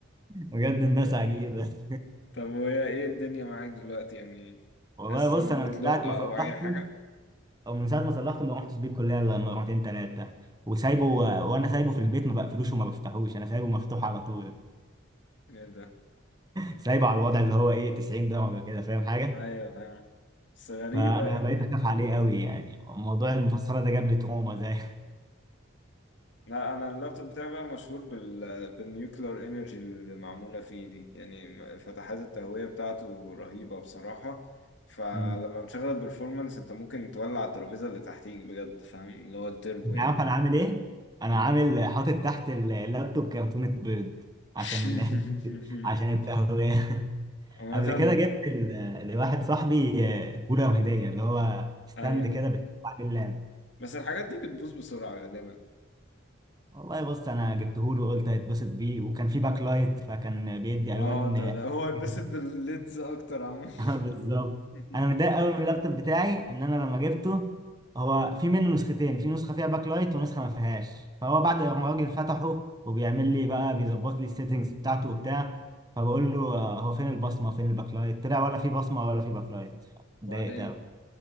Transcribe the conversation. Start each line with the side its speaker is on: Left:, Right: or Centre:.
Right: بجد الناس عجيبه
Left: طب وهي ايه الدنيا معاك دلوقتي يعني
Right: والله
Left: حاسس
Right: بص
Left: انها
Right: انا
Left: بتلق
Right: من ساعه ما
Left: او
Right: صلحته
Left: اي حاجة؟
Right: او من ساعه ما صلحته ما رحتش بيه الكليه الا لما مرتين ثلاثه وسايبه وانا سايبه في البيت ما بقفلوش وما بفتحوش انا سايبه مفتوح على طول
Left: ايه ده؟
Right: سايبه على الوضع اللي هو ايه 90 درجه كده فاهم حاجه
Left: ايوه فاهم بس غريبة
Right: فانا
Left: يعني
Right: بقيت اخاف عليه قوي يعني موضوع المفصله ده جاب لي تروما زي
Left: لا انا اللابتوب بتاعي بقى مشهور بال بالنيوكلير انرجي اللي معمولة فيه دي يعني فتحات التهوية بتاعته رهيبة بصراحة فلما
Right: <laughs> مم.
Left: بتشغل البرفورمانس انت ممكن تولع الترابيزة اللي تحتيك بجد فاهم اللي هو التربو
Right: انت
Left: يعني
Right: عارف انا عامل ايه انا
Left: مم.
Right: عامل حاطط تحت اللابتوب كرتونة بيض
Left: <laughs>
Right: عشان <laughs> عشان التهوية
Left: عامة
Right: قبل كده جبت ل- لواحد صاحبي كولر هدية اللي هو ستاند
Left: ايوه
Right: كده بتحط عليه اللاب
Left: بس الحاجات دي بتبوظ بسرعة غالبا
Right: والله بص انا جبته له وقلت هيتبسط بيه وكان في باك لايت فكان بيدي
Left: اه
Right: الوان
Left: ده ده هو اتبسط
Right: <laughs>
Left: بالليدز اكتر عامة
Right: آه، بالظبط
Left: <laughs>
Right: انا متضايق قوي من اللابتوب بتاعي ان انا لما جبته هو في منه نسختين في نسخه فيها باك لايت ونسخه ما فيهاش فهو بعد ما الراجل فتحه وبيعمل لي بقى بيظبط لي السيتنجز بتاعته وبتاع فبقول له آه، هو فين البصمه فين الباك لايت طلع ولا في بصمه ولا في باك لايت اتضايقت
Left: وبعدين
Right: قوي